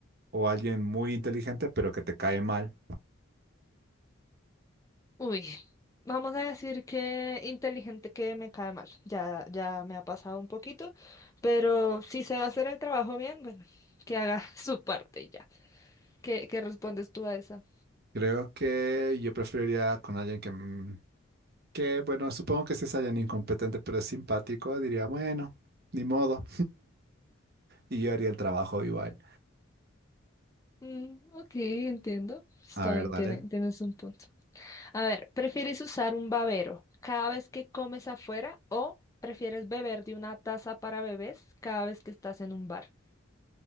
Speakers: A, on the right; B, on the left.
A: o alguien muy inteligente pero que te cae mal?
B: Uy, vamos a decir que inteligente que me cae mal. Ya, ya me ha pasado un poquito, pero si se va a hacer el trabajo bien, bueno, que haga <laughs> su parte y ya. ¿Qué, qué respondes tú a esa?
A: Creo que yo preferiría con alguien que, mm, que, bueno, supongo que si es alguien incompetente pero es simpático, diría, bueno, ni modo. Y yo haría el trabajo igual.
B: Mm, ok, entiendo. Está
A: A ver,
B: bien,
A: dale.
B: tiene, tienes un punto. A ver, ¿prefieres usar un babero cada vez que comes afuera o prefieres beber de una taza para bebés cada vez que estás en un bar?